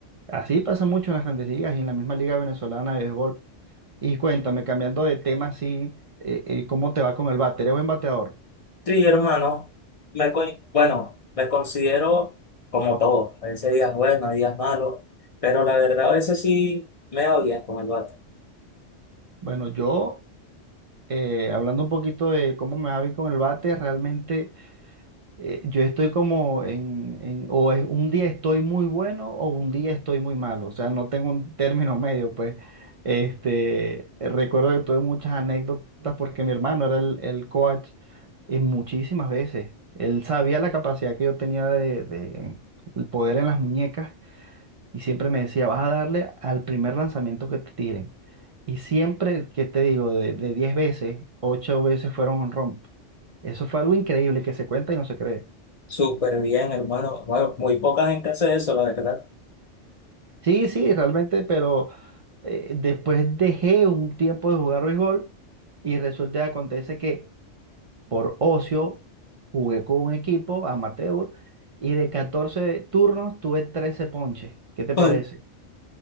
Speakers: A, on the right; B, on the left.
A: Así pasa mucho en las grandes ligas y en la misma Liga Venezolana de Béisbol. Y cuéntame, cambiando de tema, así, eh, eh, ¿cómo te va con el bate? ¿Eres buen bateador?
B: Sí, hermano, me, co- bueno, me considero como todo, a veces días buenos, hay días malos, pero la verdad a veces sí me va bien con el bate.
A: Bueno, yo, eh, hablando un poquito de cómo me va a ir con el bate, realmente. eh, yo estoy como en, en- o es, un día estoy muy bueno o un día estoy muy malo, o sea, no tengo un término medio, pues, este, recuerdo que tuve muchas anécdotas porque mi hermano era el, el coach en muchísimas veces, él sabía la capacidad que yo tenía de, de- el poder en las muñecas y siempre me decía, vas a darle al primer lanzamiento que te tiren. Y siempre, ¿qué te digo? De, de 10 veces, 8 veces fueron un romp. Eso fue algo increíble que se cuenta y no se cree.
B: Súper bien, hermano. Bueno, muy poca gente hace eso, la verdad.
A: Sí, sí, realmente, pero eh, después dejé un tiempo de jugar béisbol y resulta que acontece que por ocio jugué con un equipo amateur y de 14 turnos tuve 13 ponches. ¿Qué te
B: Uy,
A: parece?